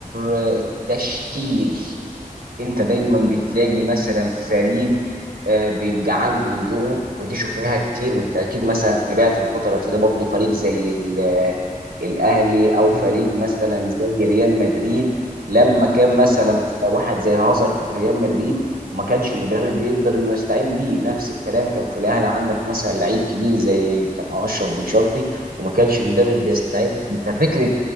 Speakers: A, on the right; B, on the left.
A: آه، التشكيل انت دايما بتلاقي مثلا فريق آه، بيبقى عنده نجوم ودي شفناها كتير وانت اكيد مثلا تابعت الفتره الاخيره برضه فريق زي ال- آه، الاهلي او
B: مم.
A: فريق مثلا زي ريال مدريد لما
B: مم.
A: كان مثلا واحد زي هازارد في ريال مدريد وما كانش المدرب بيقدر انه يستعين بيه نفس الكلام كان في الاهلي عندك مثلا لعيب كبير زي كان اشرف بن شرقي وما كانش
B: مم.
A: المدرب بيستعين بيه ففكره